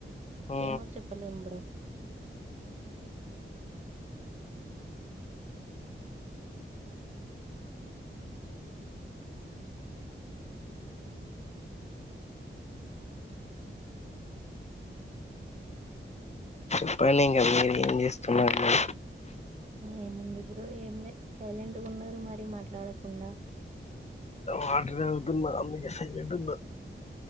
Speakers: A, on the left; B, on the right.
A: ఆ
B: ఏమో చెప్పలేం బ్రో
A: చెప్పడి ఇంక మీరు ఏం చేస్తున్నారు మేడం
B: ఏముంది బ్రో ఏం లే సైలెంటుగున్నారు మరి మాట్లాడకుండా
A: వాటర్ తాగుతున్న అందుకే సైలెంటున్న